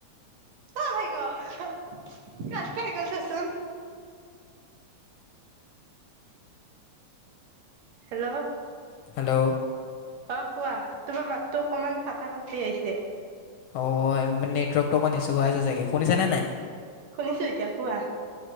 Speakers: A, on the right; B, on the left.
A: <inaudible> কাত খাই গ'ল ছাচোন। হেল্ল'।
B: হেল্ল'
A: অ, কোৱা। তোমাৰ মাততো অকমান ফটা ফাটি আহিছে।
B: অ, নেটৱৰ্কতটো অকমান ইছ্যু হৈ আছে চাগে শুনিছে নে নাই?
A: শুনিছোঁ এতিয়া কোৱা।